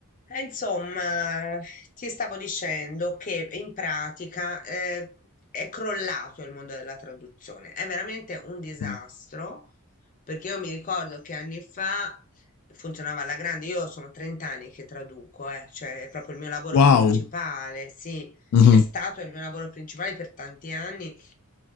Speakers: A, on the left; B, on the left.
A: Eh, Insomma, ti stavo dicendo che in pratica eh, è crollato il mondo della traduzione, è veramente un disastro,
B: Mh.
A: perché io mi ricordo che anni fa funzionava alla grande, io sono 30 anni che traduco, eh, cioè è proprio il mio lavoro
B: Wow.
A: principale, sì,
B: Mh-mh.
A: è stato il mio lavoro principale per tanti anni